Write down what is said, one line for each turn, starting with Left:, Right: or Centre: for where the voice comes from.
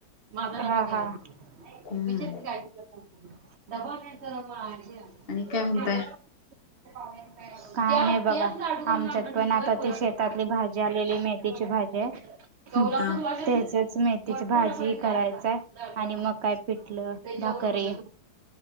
Right: हा-हा <unintelligible>
Left: हम्म आणि काय म्हणताय
Right: काय नाही बघा, आमच्यात पण आता ते शेतातली भाजी भाजी आलेली मेथीची भाजी आहे, त्याचच
Left: हा
Right: मेथी तिची भाजी करायचाय आणि मग काय पिटलं भाकरी